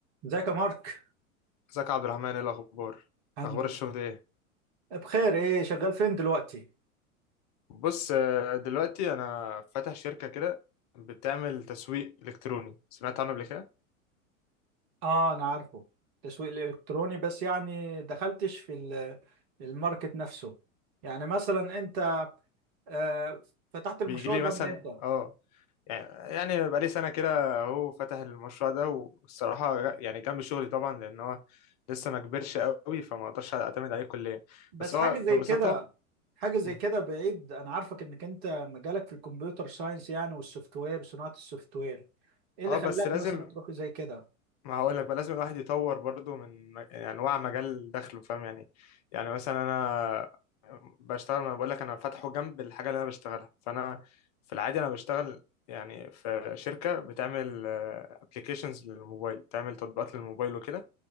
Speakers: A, on the right; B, on the left.
A: ازيك يا مارك
B: ازيك يا عبد الرحمن ايه الاخبار
A: الحمد
B: اخبار
A: لله
B: الشغل ايه
A: بخير ايه شغال فين دلوقتي
B: بص آه، دلوقتي انا فاتح شركه كده بتعمل تسويق الكتروني سمعت عنه قبل كده
A: اه انا عارفه تسويق الالكتروني بس يعني دخلتش في ال- الماركت نفسه يعني مثلا انت آه فتحت المشروع
B: بيجي لي
A: ده
B: مثلا
A: من امتى
B: اه يعني يعني بقى لي سنه كده هو فاتح المشروع ده والصراحه غ- يعني جنب شغلي طبعا لان هو لسه ما كبرش قوي فما اقدرش اعتمد عليه كليا
A: بس
B: بس
A: حاجه
B: هو
A: زي
B: ببساطه
A: كده حاجه زي
B: مم.
A: كده بعيد انا عارفك انك انت مجالك في الكمبيوتر ساينس يعني والسوفت وير صناعه السوفت وير ايه
B: اه
A: اللي خلاك
B: بس لازم
A: مثلا تروح زي كده
B: ما هقول لك بقى لازم الواحد يطور برضو من م- يعني انواع مجال دخله فاهم يعني يعني مثلا انا بشتغل ما بقول لك انا فاتحه جنب الحاجه اللي انا بشتغلها فانا في العادي انا بشتغل يعني في شركه بتعمل ابلكيشنز للموبايل بتعمل تطبيقات للموبايل وكده